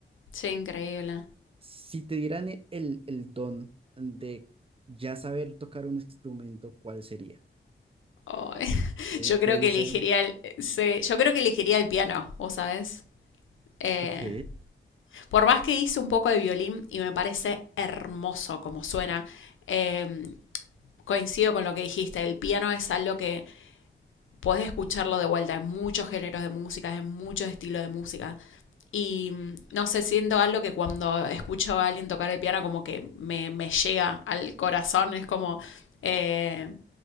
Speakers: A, on the left; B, on the right.
A: sí, increíble.
B: Si te dieran e- el, el don de ya saber tocar un instrumento, ¿cuál sería?
A: Ay, <laughs>
B: Es decir,
A: yo creo
B: te dicen,
A: que elegiría el, sí, yo creo que elegiría el piano, ¿vos sabés? Eh,
B: ok.
A: por más que hice un poco de violín y me parece hermoso como suena, eh, coincido con lo que dijiste, el piano es algo que podés escucharlo de vuelta en muchos géneros de música, en muchos estilos de música. Y mm, no sé, siento algo que cuando escucho a alguien tocar el piano como que me, me llega al corazón, es como... Eh,